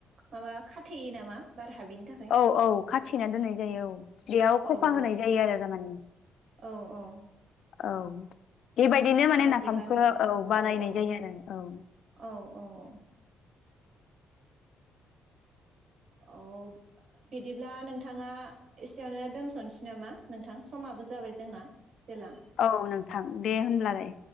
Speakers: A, on the right; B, on the left.
A: माबा खाथेयो नामा बार हाबिनि था
B: औ औ खाथिना दोननाय जायो औ बेयाव खफा
A: औ औ
B: होनाय जायो आरो जामानि
A: औ औ
B: औ बेबायदिनो माने
A: जाहाथे
B: नाफामखौ
A: बार हाबा
B: औ बानायनाय
A: औ
B: जायो आरो औ
A: औ औ औ बिदिब्ला नोंथाङा एसेयावनो दोनस'नोसै नामा नोंथां समाबो जाबाय जोंना जेला
B: औ नोंथां दे होनब्लालाय